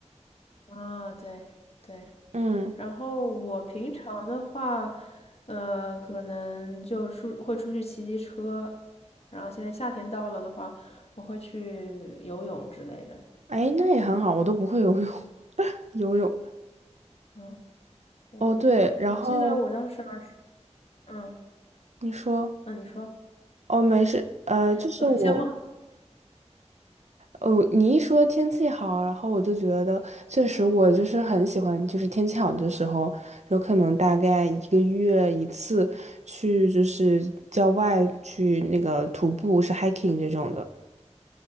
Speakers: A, on the left; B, on the right.
A: 啊，对对。
B: <laughs> 嗯，
A: 然后我平常的话，呃，可能就出会出去骑骑车，然后现在夏天到了的话，我会去游泳之类的。
B: 哎，那也很好，我都不会游泳，<laughs> 游泳。
A: 嗯。对，
B: 哦，对，然后
A: 我记得我当时儿时嗯
B: 你说，
A: 嗯，你说，
B: 哦，没事，呃，
A: <laughs>
B: 就是我。
A: 呃，像我，
B: 哦，你一说天气好，然后我就觉得，确实我就是很喜欢，就是天气好的时候，有可能大概一个月一次去，就是郊外去那个徒步，是 hiking 这种的。